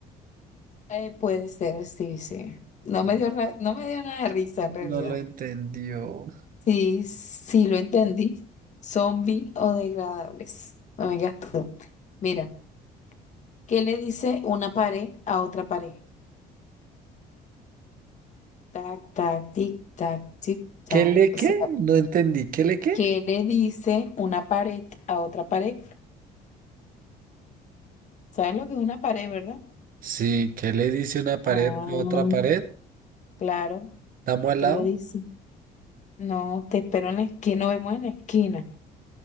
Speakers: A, on the left (about 45°); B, on the right (about 55°).
A: Eh, puede ser, sí, sí. No
B: Ah,
A: me
B: No
A: dio, ra- no me dio nada de risa en realidad.
B: No lo entendió.
A: Sí, sí lo entendí. Zombie o degradables. No me gastó. Mira, ¿qué le dice una pared a otra pared? Tac, tac, tic, tac, tic,
B: ¿Qué
A: tac.
B: le qué?
A: O sea,
B: No entendí. ¿Qué le qué?
A: ¿qué le dice una pared a otra pared? ¿Sabes lo que es una pared, verdad?
B: Sí, ¿qué le dice una pared
A: Ah,
B: a otra pared?
A: claro.
B: Estamos al
A: ¿Qué
B: lado.
A: le dice? No, te espero en la esquina, nos vemos en la esquina.